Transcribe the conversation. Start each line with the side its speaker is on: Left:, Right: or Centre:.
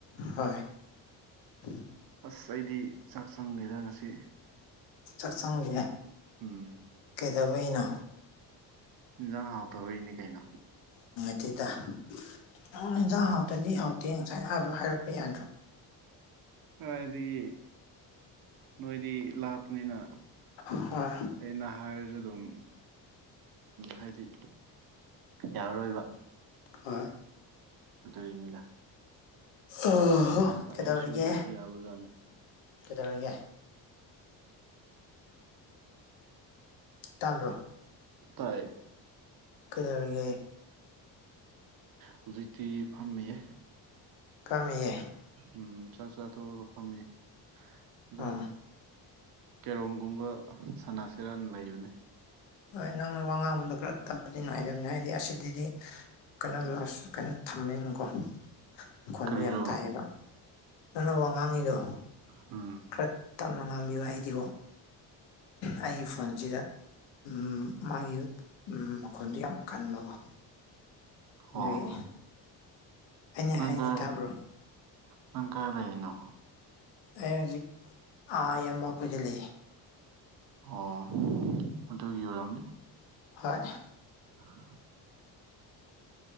Left: ꯍꯣꯏ <inaudible>
Right: ꯑꯁ ꯑꯩꯗꯤ ꯆꯥꯛ ꯆꯪꯗꯦꯗ ꯉꯁꯤ
Left: ꯆꯥꯛꯁꯪꯒꯤꯅꯦ
Right: ꯎꯝ
Left: ꯀꯩꯗꯧꯕꯩꯅꯣ
Right: ꯏꯟꯖꯥꯡ ꯍꯥꯎꯇꯕꯒꯤꯅꯦ ꯀꯩꯅꯣ
Left: ꯅꯠꯇꯦꯗ ꯑꯣ ꯏꯟꯖꯥꯡ ꯍꯥꯎꯇ꯭ꯔꯗꯤ ꯍꯥꯎꯇꯦ ꯉꯁꯥꯏꯅ ꯍꯥꯏꯕ ꯍꯥꯏꯔꯛꯄ ꯌꯥꯗ꯭ꯔꯣ
Right: ꯀꯔꯥꯏꯗꯒꯤ ꯅꯣꯏꯗꯤ ꯂꯥꯞꯄꯅꯤꯅ
Left: ꯍꯣꯏ
Right: ꯑꯩꯅ ꯍꯥꯏꯔꯁꯨ ꯑꯗꯨꯝ ꯍꯥꯏꯗꯤ ꯌꯥꯔꯔꯣꯏꯕ
Left: ꯍꯣꯏ
Right: ꯑꯗꯨꯒꯤꯅꯤꯗ
Left: ꯑꯣ
Right: ꯑꯩꯁꯨ
Left: ꯀꯩꯗꯧꯔꯤꯒꯦ
Right: ꯌꯥꯗꯤ ꯌꯥꯕꯖꯥꯠꯅꯤ
Left: ꯀꯩꯗꯧꯔꯤꯒꯦ ꯇꯥꯕ꯭ꯔꯣ
Right: ꯇꯥꯏ
Left: ꯀꯩꯗꯧꯔꯤꯒꯦ
Right: ꯍꯧꯖꯤꯛꯇꯤ ꯐꯝꯃꯤꯌꯦ
Left: ꯀꯃꯤꯌꯦ
Right: ꯎꯝ ꯆꯥꯛ ꯆꯥ ꯇꯣꯛꯂꯒ ꯐꯝꯃꯤ ꯑꯗꯨ
Left: ꯎꯝ
Right: ꯀꯦꯔꯣꯝꯒꯨꯝꯕ ꯁꯅꯥꯁꯤꯔꯥꯅ ꯂꯩꯕꯅꯦ
Left: ꯍꯣꯏ ꯅꯪꯅ ꯋꯥ ꯉꯥꯡꯕꯗ ꯈꯔ ꯇꯞꯄꯗꯤ ꯅꯨꯡꯉꯥꯏꯇꯕꯅꯤ ꯍꯥꯏꯗꯤ ꯑꯁꯤꯗꯗꯤ ꯀꯩꯅꯣ ꯂꯥꯁ ꯀꯩꯅꯣ ꯊꯝꯃꯦꯅꯀꯣ ꯃꯈꯣꯟꯗꯣ
Right: ꯀꯔꯤꯔꯣ
Left: ꯌꯥꯝ ꯇꯥꯏꯌꯦꯕ ꯅꯪꯅ ꯋꯥ ꯉꯥꯡꯉꯤꯗꯣ
Right: ꯎꯝ
Left: ꯈꯔ ꯇꯞꯅ ꯉꯥꯡꯕꯤꯌꯨ ꯍꯥꯏꯗꯤꯀꯣ ꯑꯩꯒꯤ ꯐꯣꯟꯖꯤꯗ ꯎꯝ ꯃꯥꯒꯤ ꯎꯝ ꯃꯈꯣꯟꯗꯨ ꯌꯥꯝ ꯀꯟꯕꯀꯣ
Right: ꯑꯣ
Left: ꯗꯨꯏ ꯑꯩꯅ
Right: ꯅꯪ
Left: ꯍꯥꯏꯗꯤ
Right: ꯀꯥꯏ
Left: ꯇꯕ꯭ꯔꯣ
Right: ꯅꯪ ꯀꯥꯏ ꯂꯩꯩꯅꯣ
Left: ꯑꯩ ꯍꯧꯖꯤꯛ ꯑꯥ ꯌꯥꯝꯕ ꯈꯣꯏꯗꯂꯩ
Right: ꯑꯣ ꯑꯗꯨꯒꯤ ꯑꯣꯏꯔꯝꯅꯤ
Left: ꯍꯣꯏ
Right: <inaudible>